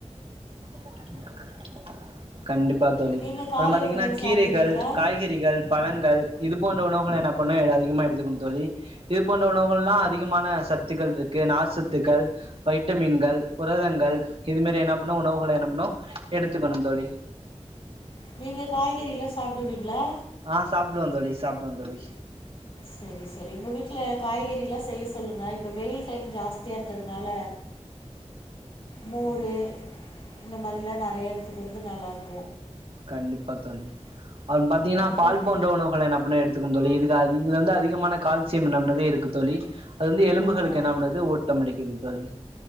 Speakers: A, on the right; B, on the left.
A: <inaudible> கண்டிப்பா தோழி
B: நீங்கள்
A: அப்புறம்
B: காலை
A: பாத்தீங்கன்னா
B: உணவு
A: கீரைகள்
B: சாப்பிடுவீங்களா
A: காய்கறிகள் பழங்கள் இது போன்ற உணவு என்ன பண்ண அதிகமா எடுத்துக்கணும் தோழி இது போன்ற உணவுக எல்லாம் அதிகமான சத்துக்கள் இருக்கு நார் சத்துக்கள் வைட்டமின்கள் புரதங்கள் இது மாரி என்ன பண்ணும் உணவுகளை என்ன பண்ணும் எடுத்துக்கணும் தோழி
B: நீங்க காய்கறி எல்லாம் சாப்பிடுவீங்களா
A: ஆ சாப்டுவ தோழி சாப்டுவ தோழி
B: சரி சரி உங்க வீட்ல காய்கறி எல்லாம் செய்ய சொல்லுங்க இப்ப வெயில் டைம் ஜாஸ்தியா இருக்குது நால மோரு இந்த மாரிலாம் நறைய எடத்துக்கிறது நல்லா இருக்கும்
A: கண்டிப்பா தோழி அப்புறம் பாத்திங்கண்ண
B: அப்புறம்
A: பால் போன்ற உணவுகள் எல்லாம் எடுத்துங்கனும் தோழி இது <unintelligible> இதுல வந்து அதிகமான கால்சியம் என்னப்பனதே இருக்கு தோழி அது வந்து எலும்புகளுக்கு
B: ஆமா.
A: என்ன பண்ணுது ஓட்டம் அளிக்குது தோழி